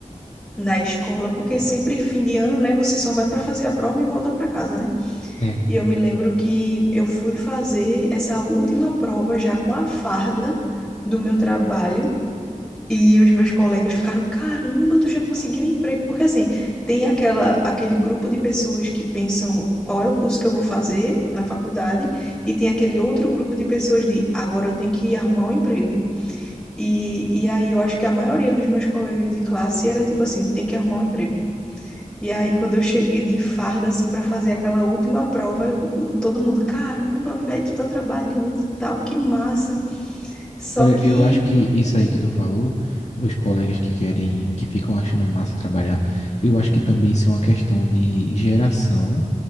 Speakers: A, in the centre; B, on the left.
A: na escola, porque sempre fim de ano, né, você só vai para fazer a prova e volta para casa, né?
B: É.
A: E eu me lembro que eu fui fazer essa última prova já com a farda do meu trabalho. E os meus colegas ficaram, caramba, tu já conseguiu um emprego. Porque assim, tem aquela, aquele grupo de pessoas que pensam qual é o curso que eu vou fazer na faculdade, e tem aquele outro grupo de pessoas de agora eu tenho que arrumar um emprego. E, e aí eu acho que a maioria dos meus colegas de classe era tipo assim, tem que arrumar um emprego. E aí, quando eu cheguei de farda, assim, para fazer aquela última prova, eu, eu- todo mundo, caramba, velho, tu tá trabalhando, tal, que massa. Só
B: Agora
A: que,
B: eu acho que isso aí que tu falou dos colegas que querem, que ficam achando massa trabalhar, eu acho que também isso é uma questão de geração